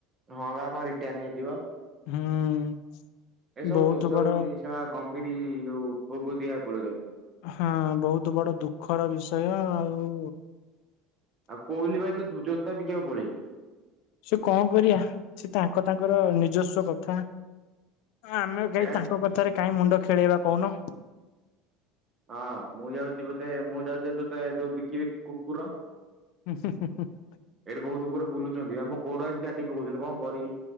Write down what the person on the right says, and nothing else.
ହଁ ବା କଣ ରିଟାୟାର ନେଇଯିବ
ଏସବୁ
ଦୋଷ
ହଉଛି ଏଇ ଶଳା କମ୍ଭିରି ଯୋଉ ଫୋଗ ଦିଆ ପଡ ତାକୁ
ଆଉ କହଲି ଭାଇ ତ ଜୋତା ବିକିବାକୁ ପଳେଇଲେ।
ଏଇଟା
ଠିକ
ହଁ ମୁଁ ଯାଉଛି ବୋଧେ ମୁଁ ଯାଉଛି ତ ଯେ ଯୋଉ ବିକିବି କୁକୁର।
ଏଇଠି ବହୁତ ଉପରେ ବୁଲୁଛନ୍ତି ଆଉ ମୋ ଗୋଡ ଆସି ଚାଟି ପକଉଛନ୍ତି କଣ କରିବି